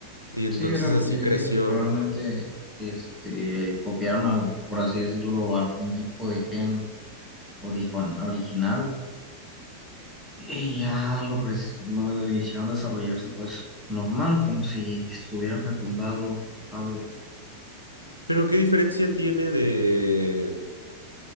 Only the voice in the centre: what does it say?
sí, era lo
que te iba
a decir, que probablemente este, copiaron, al- por así decirlo, algún tipo de gen origon- original y ya lo, cre- lo hicieron desarrollarse pues normal, como si estuviera fecundado algo.